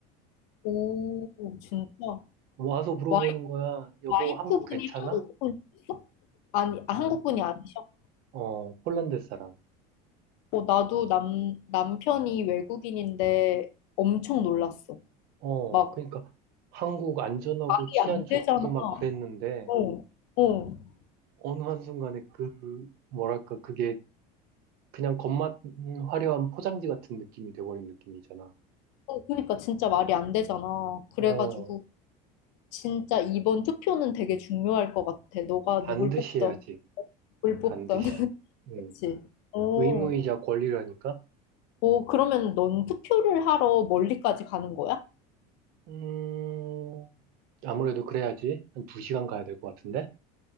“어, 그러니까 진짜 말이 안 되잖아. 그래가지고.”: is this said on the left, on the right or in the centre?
Left